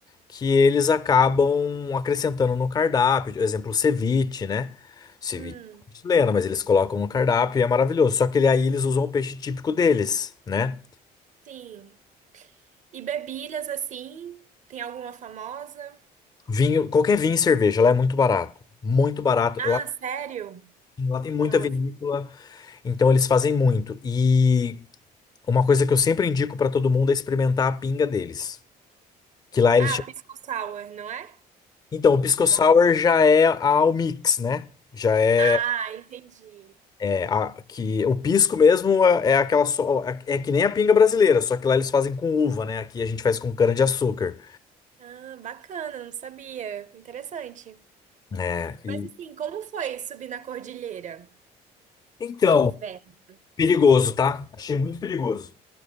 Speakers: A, on the left; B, on the right.
A: que eles acabam acrescentando no cardápio, por exemplo, o ceviche, né? Ceviche
B: Hum,
A: é chileno, mas eles colocam no cardápio e é maravilhoso. Só que ele- aí eles usam o peixe típico deles, né?
B: sim. E bebidas assim? Tem alguma famosa?
A: Vinho, qualquer vinho e cerveja, lá é muito barato, muito barato.
B: Ah,
A: Lá,
B: sério?
A: lá tem muita
B: Nossa.
A: vinícola, então eles fazem muito. E uma coisa que eu sempre indico pra todo mundo é experimentar a pinga deles, que lá
B: Ah,
A: eles chamam.
B: pisco sour, não é?
A: Então, o pisco
B: O nome?
A: sour já é ao mix, né? Já é,
B: Ah, entendi.
A: é a- que o pisco mesmo é, é aquela só é, é que nem a pinga brasileira, só que lá eles fazem com uva, né? Aqui a gente faz com cana-de-açúcar.
B: Ah, bacana, não sabia. Interessante.
A: É, e-
B: Mas assim, como foi subir na cordilheira
A: Então,
B: no inverno?
A: perigoso, tá? Achei muito perigoso.